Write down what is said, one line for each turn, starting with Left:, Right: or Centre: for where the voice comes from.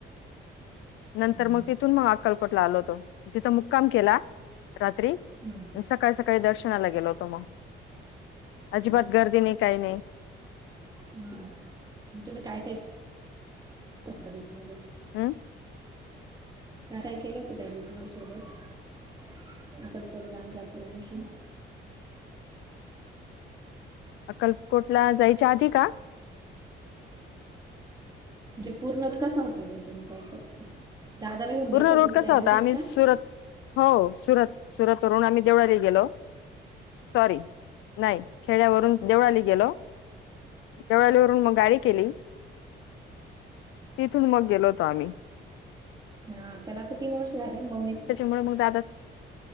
Left: नंतर
Right: हम्म,
Left: मग तिथून मग अक्कलकोटला आलो होतो, तिथं मुक्काम केला. रात्री
Right: हम्म.
Left: सकाळी सकाळी दर्शनाला गेलो होतो मग. अजिबात
Right: ओके
Left: गर्दी नाही, काही नाही.
Right: हम्म. तुम्ही काय काय त्या रुटमध्ये.
Left: अं?
Right: काय काय केलं होत त्या <unintelligible> सोबत अक्कलकोट, गाणगापूर आणखीन
Left: अक्कलकोटला जायच्या आधी का?
Right: म्हणजे पूर्ण रूट कसा होता बाबा तुमचा असं, दादाला घेऊन गेलते
Left: पूर्ण
Right: ना
Left: रूट
Right: तुम्ही
Left: कसा
Right: त्यावेळसच
Left: होता आम्ही
Right: का?
Left: सुरत हो सुरत सुरत वरून आम्ही देवळाही गेलो सॉरी नाही. खेड्यावरून देवळाली गेलो. देवळालीवरून मग गाडी केली, तिथून मग गेलोतो आम्ही.
Right: हा त्याला आता तीन वर्ष झाले मम्मी.
Left: म्हणून मग दादाच